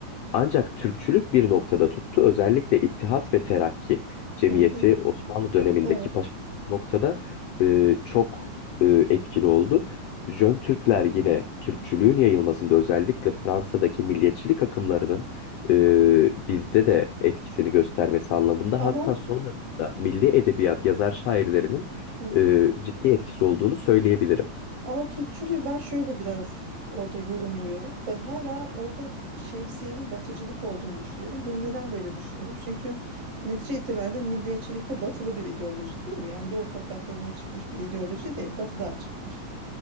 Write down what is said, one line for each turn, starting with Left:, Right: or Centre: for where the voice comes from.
Left: Ancak Türkçülük bir noktada tuttu. Özellikle İttihat ve Terakki Cemiyeti
Right: Hı hı.
Left: Osmanlı dönemindeki
Right: Evet.
Left: paşa noktada e, çok e, etkili oldu. Jön Türkler yine Türkçülüğün yayılmasında özellikle Fransa'daki milliyetçilik akımlarının e, bizde de etkisini göstermesi anlamında
Right: Ama
Left: hatta sonrasında milli edebiyat yazar şairlerinin
Right: hı hı.
Left: e, ciddi etkisi olduğunu söyleyebilirim.
Right: Ama Türkçülüğü ben şöyle biraz orada yorumluyorum. Ben hala orada şemsiyenin batıcılık olduğunu düşünüyorum. Bunu neden böyle düşünüyorum? Çünkü netice itibariyle milliyetçilik de batılı bir ideoloji değil mi? Yani doğu topraklarından çıkmış bir ideoloji değil, batıdan çıkmış